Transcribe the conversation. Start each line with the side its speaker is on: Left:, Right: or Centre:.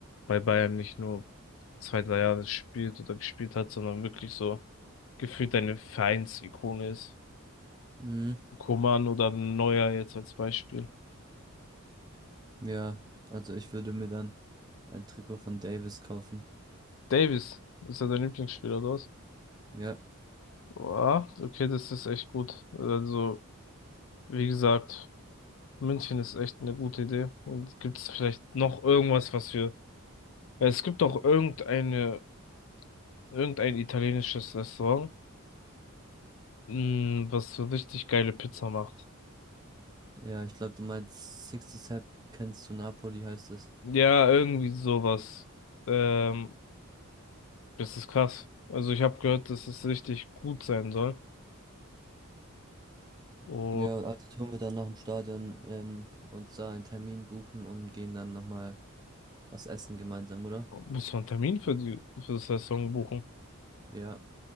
Left: bei Bayern nicht nur zwei, drei Jahre spielt oder gespielt hat, sondern wirklich so gefühlt eine Vereinsikone ist.
Right: Mhm,
Left: Coman oder Neuer jetzt als Beispiel.
Right: ja, also ich würde mir dann ein Trikot von Davis kaufen.
Left: Davis, ist er dein Lieblingsspieler, oder was?
Right: Ja,
Left: Ja, okay, das ist echt gut. Also. Wie gesagt, München ist echt eine gute Idee. Und gibt es vielleicht noch irgendwas, was wir. Es gibt doch irgendeine, irgendein italienisches Restaurant, mh, was so richtig geile Pizza macht.
Right: ja, ich glaube, du meinst 60 Sepp kennst du Napoli, heißt es.
Left: Ja, irgendwie sowas. Ähm, das ist krass. Also ich habe gehört, dass es richtig gut sein soll. Und
Right: Ja, also tun wir dann nach dem Stadion ähm, uns da einen Termin buchen und gehen dann nochmal was essen gemeinsam, oder?
Left: muss man einen Termin für die, für das Restaurant buchen?
Right: Ja,